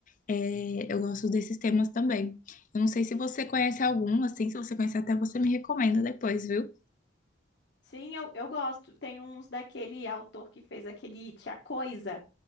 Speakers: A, on the left; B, on the left.
A: É, eu gosto desses temas também. Eu não sei se você conhece algum, assim, se você conhecer até você me recomenda depois, viu?
B: Sim, eu, eu gosto. Tem uns daquele autor que fez aquele It, A Coisa.